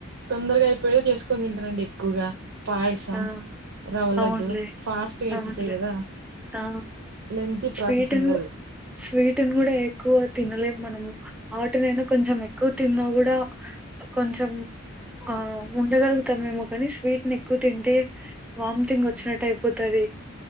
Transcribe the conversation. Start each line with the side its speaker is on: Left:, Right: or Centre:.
Right: తొందరగా అయిపోయేదో చేసుకొని తింటానండి ఎక్కువగా పాయసం
Centre: ఆ
Right: రవ్వ లడ్డు
Centre: అవునులే
Right: ఫాస్ట్గా అయిపోతాయి
Centre: అవునులే
Right: కదా
Centre: ఆ
Right: లెంతీ ప్రాసెస్
Centre: స్వీటుని
Right: ఉండదు
Centre: స్వీటుని కూడా ఎక్కువ తినలేము మనము ఆటినైనా కొంచెం ఎక్ ఎక్కువ తిన్నా కూడా కొంచెం ఆ ఉండగలుగుతామేమో కానీ స్వీట్ ని ఎక్కువ తింటే వామిటింగ్ వచ్చినట్టు అయిపోతుది